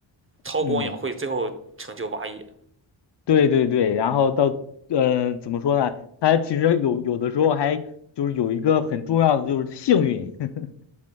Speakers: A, on the right; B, on the left.
A: 韬光养晦，
B: 嗯
A: 最后成就霸业
B: 对对对，然后到嗯、呃怎么说呢，他其实有有的时候还就是有一个很重要的就是幸运，<laughs>